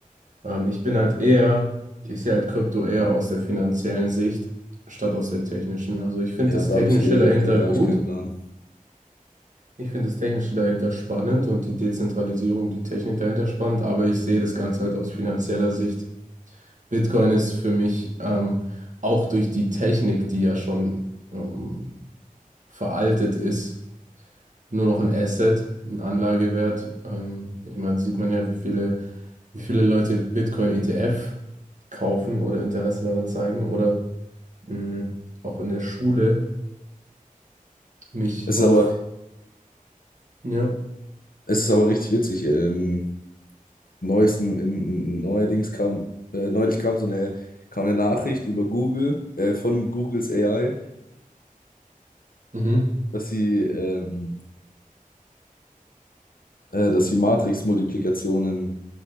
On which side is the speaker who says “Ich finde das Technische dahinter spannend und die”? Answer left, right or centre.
Right